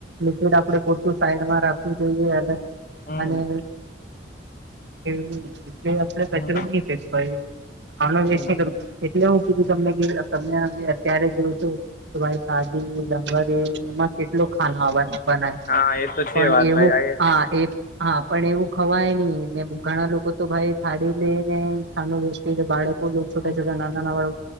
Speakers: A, on the right; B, on the left.
A: લિકવિડ આપડે ખટું સાઈડમાં રાખવું જોઈએ, અલગ
B: હમ
A: અને એ એટલે આપણે પાસે
B: હમ
A: રવ ન ભાઈ ખા વચ
B: હમ
A: ન કરું, એટલે હું કીધું તમને તમે અત્યારે જોઉં છું કે ભાઈ સાદી લંગર એમાં કેટલો ખા બનાય
B: હા એ તો
A: પણ
B: છે વાત
A: એવું
B: ભાઈ
A: હા, એ હા પણ એવું ખવાય નહી ઘણા લોકો તો ભાઈ થાળી લે ને ખાનું વચ બાળક- છોટા
B: હમ
A: છોટા નાના ના વાળું